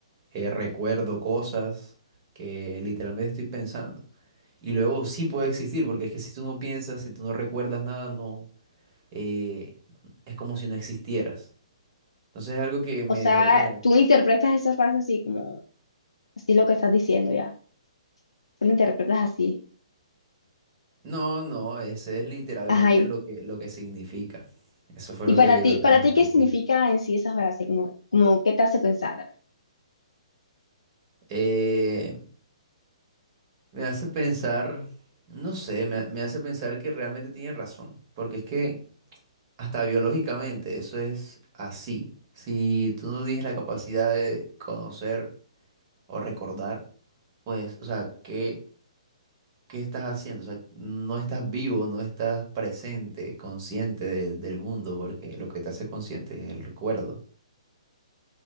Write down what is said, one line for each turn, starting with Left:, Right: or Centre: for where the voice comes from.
Right: eh, recuerdo cosas, que literalmente estoy pensando. Y luego sí puede existir, porque es que si tú no piensas, si tú no recuerdas nada, no, eh, es como si no existieras. Entonces es algo que me
Left: O sea,
Right: dejó como...
Left: tú interpretas esa frase así como, así lo que estás diciendo ya. Tú lo interpretas así.
Right: No, no, ese es literalmente
Left: Ajá. Y,
Right: lo que, lo que significa. Eso fue
Left: y
Right: lo
Left: para
Right: que,
Left: ti,
Right: lo que
Left: para
Right: nos
Left: ti,
Right: explicó.
Left: ¿qué significa en sí esa frase? Como, como, ¿qué te hace pensar?
Right: Eh, me hace pensar, no sé, me, me hace pensar que realmente tiene razón, porque es que hasta biológicamente eso es así. Si tú no tienes la capacidad de conocer o recordar, pues, o sea, ¿qué, qué estás haciendo? O sea, no estás vivo, no estás presente, consciente de- del mundo, porque lo que te hace consciente es el recuerdo.